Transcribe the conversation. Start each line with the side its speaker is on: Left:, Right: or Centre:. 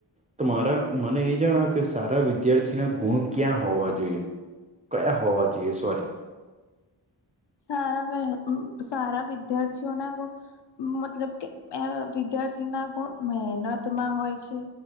Right: તો મારા મને એ જાણાવ કે સારા વિદ્યાર્થીના ગુણ ક્યાં હોવા જોઈએ. કયા હોવા જોઈએ સોરી.
Left: સારા સારા વિદ્યાર્થીઓના ગુણ મતલબ કે એ વિદ્યાર્થી ના ગુણ મહેનતમાં હોય છે.